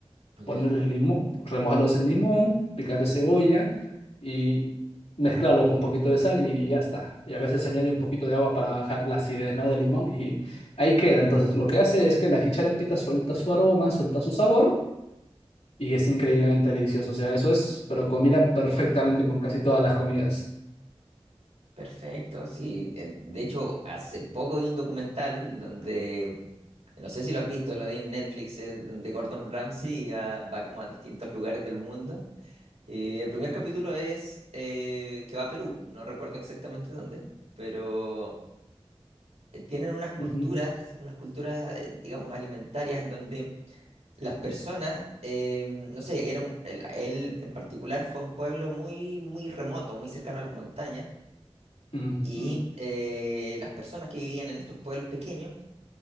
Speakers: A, on the right; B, on the left.
A: ok,
B: ponerles limón, remojarlos en limón, picarle cebolla y mezclarlo con un poquito de sal y ya está. Y a veces se añade un poquito de agua para bajar la acidez, ¿no? del limón y ahí queda. Entonces lo que hace es que la jicharapita suelta su aroma, suelta su sabor y es increíblemente delicioso. O sea, eso es, pero combina perfectamente con casi todas las comidas.
A: perfecto, sí. Eh, De hecho, hace poco vi un documental donde, no sé si lo has visto, lo vi en Netflix, eh, de Gordon Ramsay y va, va como a distintos lugares del mundo. Y el primer capítulo es eh, que va a Perú, no recuerdo exactamente dónde, pero eh, tienen unas culturas,
B: Ujú,
A: unas culturas, eh, digamos, alimentarias en donde las personas, eh, no sé, era un- él, él en particular fue a un pueblo muy, muy remoto, muy cercano a las montañas,
B: ujú,
A: y eh, las personas que vivían en estos pueblos pequeños